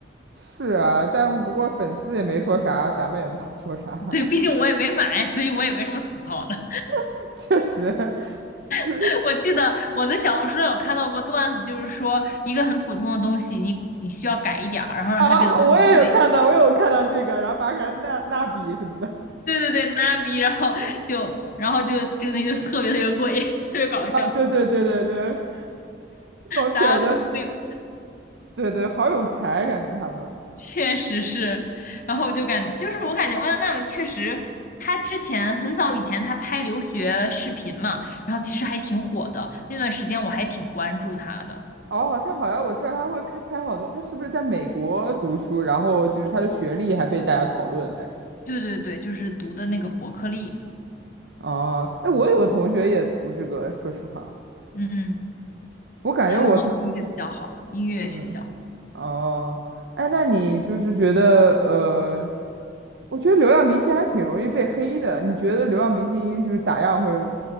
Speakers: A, on the right (about 70°); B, on the left (about 50°).
A: 是啊，但不过粉丝也没说啥，咱们也不好说啥。
B: 对，毕竟我也没买，所以我也没什么吐槽的。
A: <laughs> 确实，是
B: <laughs> 我记得我在小红书上有看到过段子，就是说一个很普通的东西，你你需要改一点儿，然后让它变得特别贵。
A: 啊，我也有看到，我也有看到这个，然后扒开那那笔什么的
B: 对对对，拉逼，然后就然后就就那个东西就是特别特别贵，<laughs> 特别搞笑，
A: <laughs> 啊，对对对对对，这种帖子，
B: 大家都被
A: 对对，好有才，感觉他们。
B: 确实是，然后我就感就是我感觉欧阳娜娜确实，她之前很早以前她拍留学视频嘛，然后其实还挺火的，那段时间我还挺关注她的。
A: 哦，他好像我知道他会开拍好多，他是不是在美国读书，然后就是他的学历还被大家讨论来着？
B: 对对对，就是读的那个伯克利，
A: 哦，哎，我有个同学也读这个，说实话，
B: 嗯，
A: 我感觉我同。
B: 他们好像音乐比较好，音乐学校。
A: 嗯，哦，哎，那你就是觉得呃，我觉得流量明星还挺容易被黑的。你觉得流量明星就是咋样会